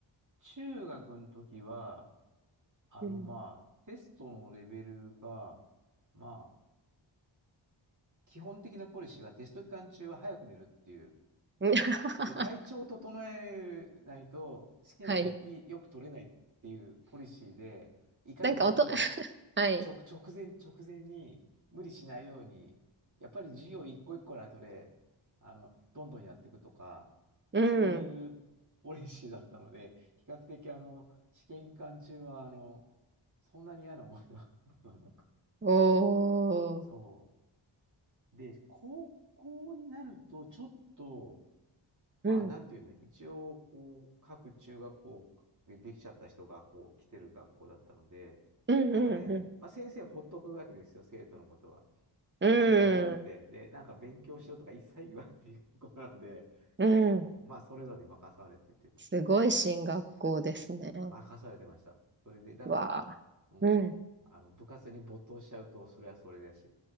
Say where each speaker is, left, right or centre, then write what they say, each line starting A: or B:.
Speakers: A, on the right; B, on the right.
A: 中学の時は、あの、
B: うん。
A: まあ、テストのレベルが、まあ、基本的なポリシーはテスト期間中は早く寝るっていう。
B: <laughs>
A: で、体調を整えないと試験はいいよく取れないっていうポリシーで、
B: はい。
A: いかにして
B: なんか音、<laughs> はい。
A: 直、直前、直前に無理しないように、やっぱり授業一個一個の後で、あの、どんどんやっていくとか、
B: うん。
A: そういうポリシーだったので、比較的あの、試験期間中は、あの、そんなに嫌な思いは <laughs> 僕はなく。
B: おー。
A: そう。で、高校になると、ちょっと、まあ、
B: うん。
A: なんていうの、一応、こう、各中学校でできちゃった人が、こう、来てる学校だったので、
B: うんうんうん。
A: なんかね、まあ、先生ほっとくわけですよ、生徒のことは。
B: うん。
A: 授業をやって、で、なんか勉強しろとか一切言わない学校なので、
B: うん。
A: うん、まあ、それぞれ任されててと。
B: すごい進学校ですね。
A: 任されてました。それで、だから、
B: わあ。
A: うん、
B: うん。
A: あの、部活に没頭しちゃうと、それはそれだし、